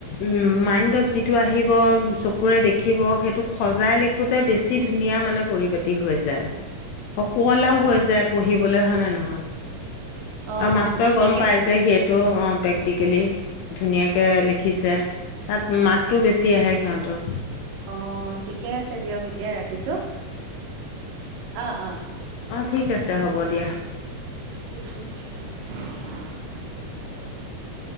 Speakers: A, on the left (about 90°); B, on the right (about 85°).
A: উম মাইণ্ডত যিটো আহিব চকুৰে দেখিব সেইটোক সজাই লি খোতে বেছি ধুনীয়া মানে পৰিপাটি হৈ যায়
B: <inaudible>
A: অ সুৱলাও হৈ যায় পঢ়িবলৈ হয় নে নহয়
B: অ
A: আৰু মাষ্টৰে গম
B: ঠিকে
A: পাই যে সেইটো অ প্ৰেক্টিকেলি ধুনীয়াকে লিখিছে তাত মাৰ্কটো বেছি আহে সিহঁতৰ
B: অ ঠিকে আছে দিয়ক এতিয়া ৰাখিছো অ অ
A: অ ঠিক আছে হ'ব দিয়া
B: <unintelligible>